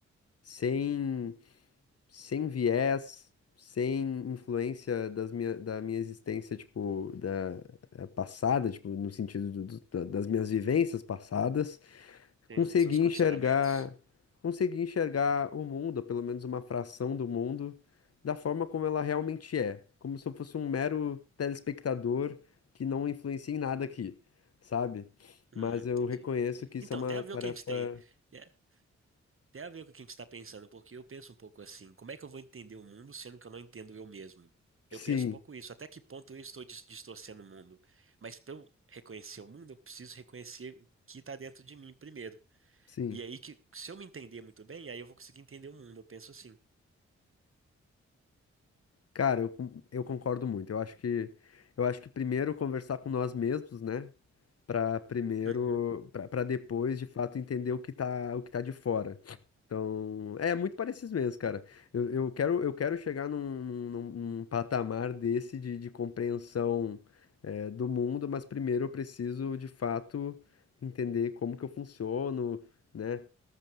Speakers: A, on the left; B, on the right.
A: Sem, sem viés, sem influência das minha, da minha existência, tipo, da eh, passada, tipo, no sentido do- do- da- das minhas vivências passadas,
B: Tem
A: Consegui
B: seus condicionamentos?
A: enxergar, consegui enxergar o mundo, ou pelo menos uma fração do mundo, da forma como ela realmente é, como se eu fosse um mero telespectador que não influencia em nada aqui, sabe? Mas
B: Hum, entendi.
A: eu reconheço que isso
B: Então,
A: é uma
B: tem a ver
A: tarefa.
B: o que a gente tem. é, Tem a ver com o que a gente está pensando, porque eu penso um pouco assim: como é que eu vou entender o mundo sendo que eu não entendo eu mesmo? Eu
A: Sim,
B: penso um pouco isso. Até que ponto eu estou dis- distorcendo o mundo? Mas para eu reconhecer o mundo, eu preciso reconhecer o que está dentro de mim primeiro.
A: sim.
B: E aí que, se eu me entender muito bem, aí eu vou conseguir entender o mundo. Eu penso assim.
A: Cara, eu, con- eu concordo muito. Eu acho que eu acho que primeiro conversar com nós mesmos, né? Pra primeiro,
B: Uhum.
A: pra pra depois de fato entender o que tá, o que tá de fora. Então, é muito parecido mesmo, cara. Eu, eu quero, eu quero chegar num, num- num- patamar desse de, de compreensão, eh, do mundo, mas primeiro eu preciso, de fato, entender como que eu funciono, né?